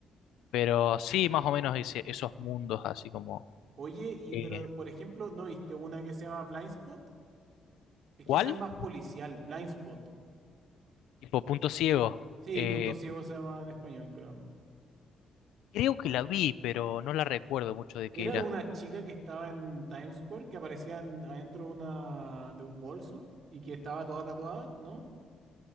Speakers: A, on the left; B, on the right.
A: Pero sí, más o menos ese- esos
B: Ujú.
A: mundos así como...
B: Oye, y
A: eh,
B: pero por ejemplo, ¿no viste una que se llama Blind Spot? Es
A: ¿cuál?
B: que esa es más policial, Blind Spot.
A: Tipo punto ciego.
B: Sí,
A: Eh,
B: Punto Ciego se llama en español, creo.
A: creo que la vi, pero no la recuerdo mucho de qué
B: Era
A: era.
B: de una chica que estaba en Times Square, que aparecía en- adentro de una, de un bolso y que estaba toda tatuada, ¿no?